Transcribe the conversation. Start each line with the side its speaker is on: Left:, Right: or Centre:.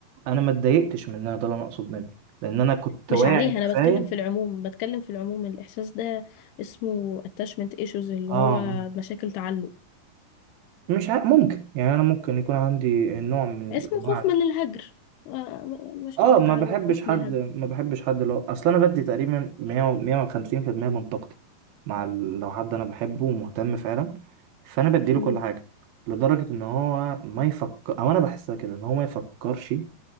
Right: انا ما اتضايقتش منها ده اللي انا اقصد منه لان انا كنت
Left: مش
Right: واعي
Left: عليها
Right: كفايه
Left: انا بتكلم في العموم بتكلم في العموم الاحساس ده اسمه attachment issues اللي
Right: اه
Left: هو مشاكل تعلق
Right: مش ع... ممكن يعني انا ممكن يكون عندي نوع من
Left: اسمه
Right: الانواع
Left: خوف
Right: ده
Left: من الهجر آه، مشاكل
Right: اه ما
Left: تعلق
Right: بحبش
Left: خوف
Right: حد
Left: من الهجر
Right: ما بحبش حد لو اصل انا بدي تقريبا 100 و- 150% من طاقتي مع ال... لو حد انا بحبه ومهتم فعلا فانا بديله
Left: مم.
Right: كل حاجه لدرجه ان هو ما يفكر او انا بحسها كده ان هو ما يفكرش